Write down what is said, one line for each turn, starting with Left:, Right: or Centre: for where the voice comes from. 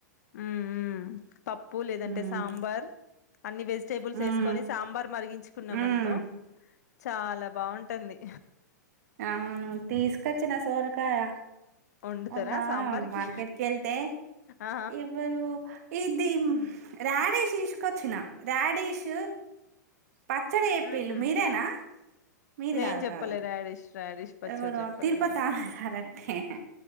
Left: మ్మ్ మ్మ్ పప్పు లేదంటే
Right: మ్మ్
Left: సాంబార్ అన్ని వెజిటేబుల్స్
Right: మ్మ్
Left: వేసుకోని సాంబార్ మరిగించ కున్నాం
Right: మ్మ్
Left: అనుకో చాలా బాగుంటుంది
Right: ఆహ్ తీసుకొచ్చిన సొరకాయ
Left: వండుతారా
Right: అవున్నా
Left: సాంబార్కి
Right: మార్కెట్ కళ్తే
Left: ఆ
Right: ఎవరు ఇదిది రాడీష్ తీసుకొచ్చిన రాడీష్ పచ్చడి చెప్పినారు
Left: మ్మ్ హ్మ్
Right: మీరేనా మీరు
Left: నేను
Right: కాదు
Left: చెప్పలే
Right: కాదు
Left: రాడిష్ రాడిష్ పచ్చడి
Right: ఎవరో
Left: చెప్పలే
Right: తిరుపతా,
Left: నేను
Right: కరెక్టే